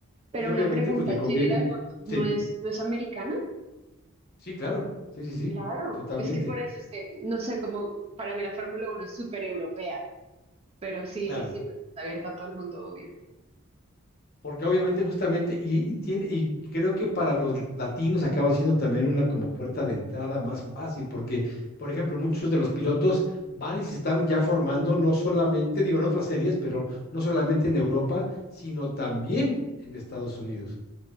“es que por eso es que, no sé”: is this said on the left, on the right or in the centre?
Right